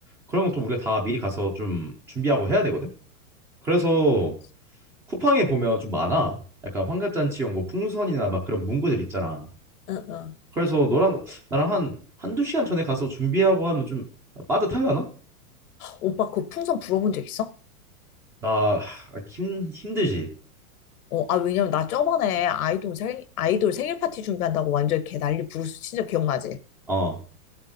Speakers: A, in the centre; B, on the left.
A: 그런 것도 우리가 다 미리 가서 좀 준비하고 해야 되거든. 그래서
B: 그,
A: 쿠팡에 보면 좀 많아. 약간 환갑잔치용 뭐 풍선이나 막 그런 문구들 있잖아.
B: 응, 응.
A: 그래서 너랑 나랑 한 한두 시간 전에 가서 준비하고 하면 좀 빠듯하려나?
B: 오빠, 그 풍선 불어본 적 있어?
A: 나 하, 힘 힘들지.
B: 어, 아, 왜냐면 나 저번에 아이돌 생, 아이돌 생일 파티 준비한다고 완전 개 난리 부르스 진짜 기억나지?
A: 어.